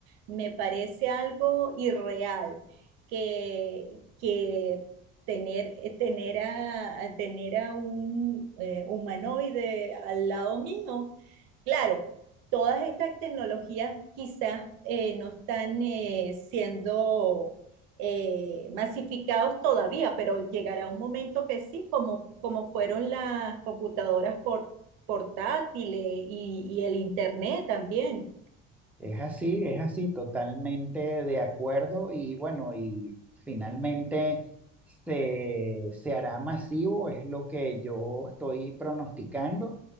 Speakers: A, on the right (about 65°); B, in the centre.
A: Me parece algo irreal, que, que tener, eh, tener a, a tener a un eh, humanoide al lado mío. Claro, todas estas tecnologías quizás eh, no están eh, siendo eh, masificados todavía, pero llegará un momento que sí, como, como fueron las computadoras por- portátiles y, y el internet también.
B: Es así, es así, totalmente de acuerdo y bueno, y finalmente se, se hará masivo, es lo que yo estoy pronosticando.